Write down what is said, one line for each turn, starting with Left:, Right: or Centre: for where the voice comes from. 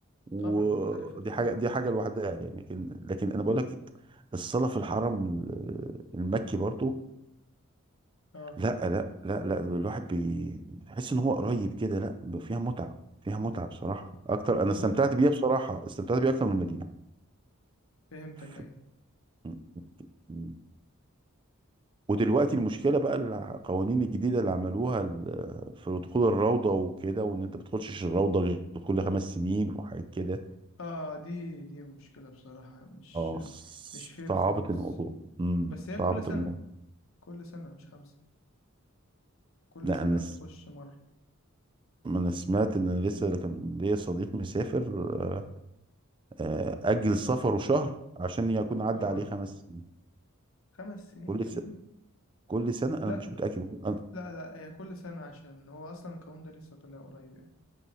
Right: ودي
Left: طبعا مختلفة تمام
Right: حاجة دي حاجة لوحدها يعني لكن لكن أنا بقول لك الصلاة في الحرم المكي برضو
Left: اه
Right: لا لا لا لا الواحد بي- بيحس ان هو قريب كده لا ب- فيها متعة فيها متعة بصراحة اكتر انا
Left: هو
Right: استمتعت
Left: برضه
Right: بيها بصراحة استمتعت بيها اكتر من المدينة
Left: فهمتك
Right: ف-
Left: ايوه
Right: م- م- ودلوقتي المشكلة بقى القوانين الجديدة اللي عملوها ال- في دخول الروضة وكده وان انت بتخشش الروضة غير كل خمس سنين وحاجات كده
Left: اه دي دي مشكلة بصراحة مش
Right: اه
Left: مش فير
Right: صعبت
Left: خالص
Right: الموضوع امم
Left: بس هي
Right: صعبت
Left: كل سنة
Right: الموضوع
Left: كل سنة مش خمسة كل
Right: لا
Left: سنة
Right: انا س-
Left: بتخش مرة
Right: انا سمعت ان انا لسه كان ليا صديق مسافر آه، آه، اجل سفره شهر عشان يكون عدى
Left: اه
Right: عليه خمس
Left: خمس سنين
Right: كل
Left: كاملين
Right: س... كل سنة أنا
Left: لا
Right: مش متأكد أنا
Left: لا لا هي كل سنة عشان هو أصلا القانون ده لسه طلع قريب يعني